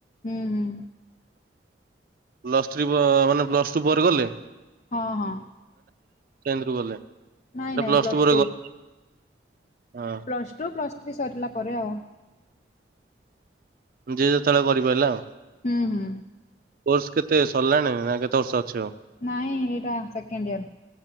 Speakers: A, on the left; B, on the right.
A: ହୁଁ ହୁଁ।
B: ପ୍ଲସ୍ ଥ୍ରୀ ପ ମାନେ ପ୍ଲସ୍ ଟୁ ପରେ କଲେ?
A: ହଁ ହଁ।
B: କେନ୍ଦରୁ ଗଲେ?
A: ନାଇଁ
B: ଏଟା
A: ନାଇଁ
B: ପ୍ଲସ
A: ପ୍ଲସ୍
B: ପରେ
A: ଟୁ।
B: କଲେ। ହଁ
A: ପ୍ଲସ୍ ଟୁ ପ୍ଲସ୍ ଥ୍ରୀ ସରିଲା ପରେ ଆଉ।
B: ଯିଏ ଯେତୋଳେ କରି ପାଇଲା ଆଉ।
A: ହୁଁ ହୁଁ।
B: କୋର୍ସ କେତେ ସରଲାଣି ନାଁ କେତେ ବର୍ଷ ଅଛି ଆଉ?
A: ନାଇଁ ଏଇଟା ସେକେଣ୍ଡ୍ ଇଅର୍।